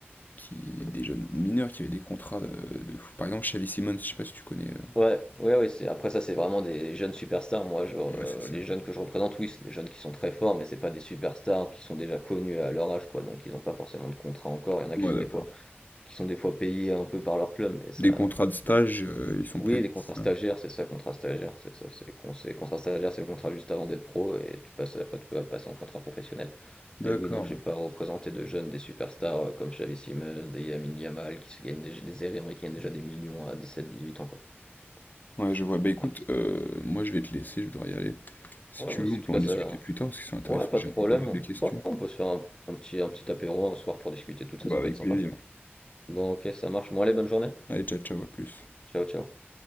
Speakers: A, on the left; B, on the left.
A: qui... des jeunes mineurs qui avaient des contrats de, de fou. Par exemple, Xavi Simons, je sais pas si tu connais. euh.
B: Ouais, ouais, ouais, c'est après ça, c'est vraiment des jeunes superstars. Moi, genre,
A: Ouais,
B: heu,
A: c'est ça.
B: les jeunes que je représente, oui, c'est des jeunes qui sont très forts, mais c'est pas des superstars qui sont déjà connus à leur âge quoi, donc ils ont pas forcément de contrat encore. Il y en a
A: Ouais,
B: qui sont
A: d'accord.
B: des fois qui sont des fois payés un peu par leur club, mais ça
A: Des contrats de stage, euh, ils sont
B: Oui,
A: peut-être
B: les contrats
A: ça.
B: stagiaires, c'est ça, contrat stagiaire, c'est ça, c'est con- c'est- contrat stagiaire, c'est le contrat juste avant d'être pro et tu passes après tu peux passer en contrat professionnel.
A: D'accord.
B: Mais oui, non, j'ai pas représenté de jeunes, des superstars euh, comme Xavi Simons, des Lamine Yamal qui se gagnent des, des Américains qui gagnent déjà des millions à dix 18 ans quoi.
A: Ouais,
B: C'est-
A: je vois. Bah écoute,
B: ah,
A: euh, moi, je vais te laisser, je dois y aller. Si
B: Ouais,
A: tu
B: ouais,
A: veux,
B: c'est-
A: on
B: en
A: peut
B: tout cas
A: en discuter
B: ça.
A: plus tard, parce que c'est intéressant,
B: Ouais, pas
A: j'ai
B: de problème.
A: encore pas mal de questions.
B: Ouais, on peut se faire un, un petit un petit apéro un soir pour discuter de tout ça,
A: Bah,
B: ça
A: avec
B: peut être
A: plaisir.
B: sympa. Bon, ok, ça marche. Bon, allez, bonne journée.
A: Allez, ciao, ciao, à plus.
B: Ciao, ciao.